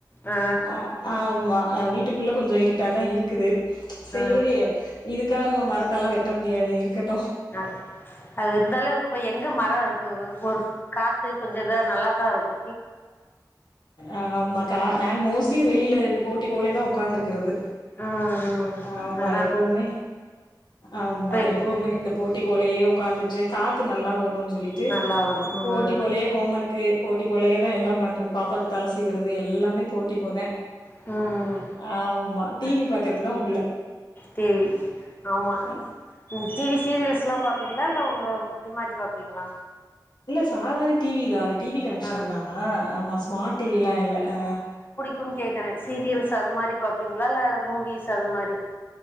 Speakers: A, on the left; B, on the left.
A: ஆ
B: அ ஆமா அ வீட்டுக்குள்ள கொஞ்சோ இருட்டாதா இருக்குது சேரி
A: ஆ
B: இதுக்கா நம்ம மரத்தெல்லா வெட்ட முடியாது இருக்கட்
A: அ அது இருந்தாலு இப்ப எங்க மரோ இருக் கு ஒரு காத்து கொஞ்சோ இது நல்லாதாருக்கு
B: ஆமா கா நாங்க மோஸ்ட்லி வெளில இது போர்ட்டிக்கோலே தா ஒக்காந்துருக்றது
A: ம் ம்
B: ஆமா
A: அதா
B: எப்போமே ஆமா
A: இப்ப
B: எப்போமே இந்த போர்ட்டிகோலேயே உக்காந்துட்டு காத்து நல்லா வருன் சொல்லிட்டு
A: நல்லா வரும் ம்
B: போர்ட்டிக்கோலே ஹோம்மர்க்கு போர்ட்டிக்கோலயே தா எல்லாம் பண்றது பாப்பாக்கு தல சீவுறது எல்லாமே போர்ட்டிக்கோதே
A: அ
B: ஆமா டிவி பாக்குறக்குதா உள்ள
A: டிவி ஆமா
B: அ
A: ம் டிவி சீரியல்ஸ்ல்லா பாப்பீங்ளா இல்ல ஒங்க இது மாரி பாப்பீங்ளா
B: இல்ல சாதார்ண டிவி தா டிவி கனெக்ஷன்
A: ஆ
B: தா ஆமா ஸ்மார்ட் டிவிலா இல்ல அ
A: டுன் கேக்குறே சீரியல்ஸ் அது மாரி பாப்பீங்ளா இல்ல மூவிஸ் அது மாரி